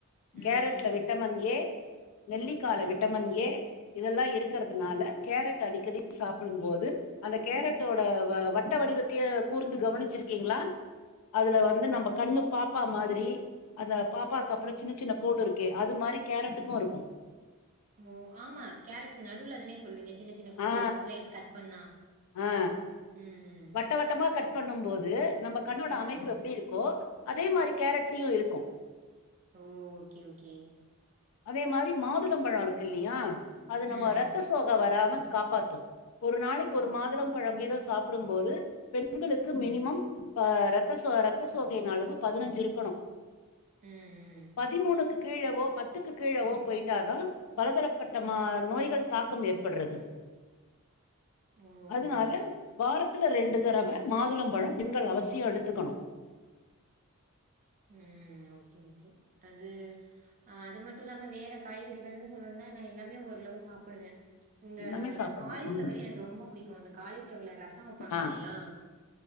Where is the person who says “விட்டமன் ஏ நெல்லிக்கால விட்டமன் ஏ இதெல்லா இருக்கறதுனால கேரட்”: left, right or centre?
Left